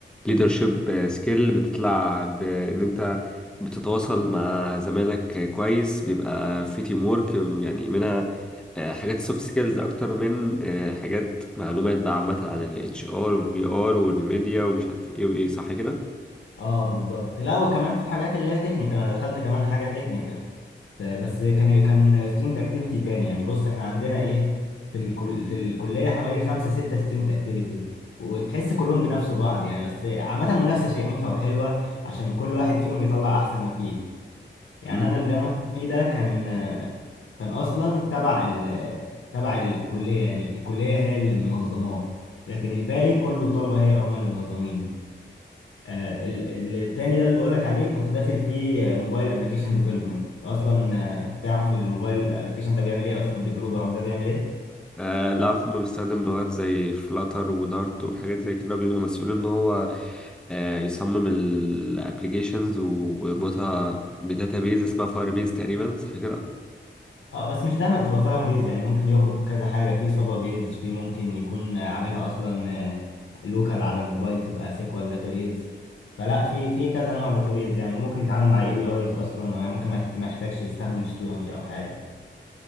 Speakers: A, in the centre; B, on the left.
A: ليدرشيب سكيل بتطلع بإن أنت بتتواصل مع زمايلك آه، كويس بيبقى في تيم وورك يعني منها آه، حاجات سوفت سكيلز أكتر من آه، حاجات معلومات بقى عامة عن ال HR وال PR والميديا ومش عارف إيه وإيه صح كده؟
B: اه بالظبط لا وكمان في حاجات اللي هي تكنيكال انا دخلت كمان حاجه تكنيكال ف- بس كان كان ستودنت اكتيفيتي تاني يعني بص احنا عندنا ايه في الكل في الكليه حوالي خمسه سته ستودنت اكتيفيتيز وتحس كلهم بينافسوا بعض يعني بس عامه منافسه شريفه وحلوه عشان كل واحد فيهم يطلع احسن ما فيه يعني
A: مم.
B: انا اللي انا كنت فيه ده كان كان اصلا تبع ال تبع الكليه يعني الكليه هي اللي منظماه لكن الباقي كله طلبه هي هم اللي منظمينه آه، ال- التاني ده اللي بقولك عليه كنت داخل فيه موبايل ابلكيشن ديفلوبمنت اصلا آه، تعرف الموبايل ابلكيشن ده بيعمل ايه اصلا الديفلوبر ده بيعمل ايه
A: آه، اللي أعرفه إنه بيستخدم لغات زي فلاتر ودارت وحاجات زي كده بيبقى مسؤول إن هو آه، يصمم الابلكيشنز ويربطها بداتابيز اسمها فاير بيز تقريبا صح كده
B: اه بس مش دايما بتبقى فاهم بيز يعني ممكن يربط بكذا حاجه في سابا بيز في ممكن يكون آه، عاملها اصلا لوكال على الموبايل تبقى سيكوال داتابيز فلا في في كذا نوع داتابيز يعني ممكن يتعامل مع اي بي ايز اصلا يعني ممكن ما يح- ما يحتاجش يستخدم ستورنج او حاجه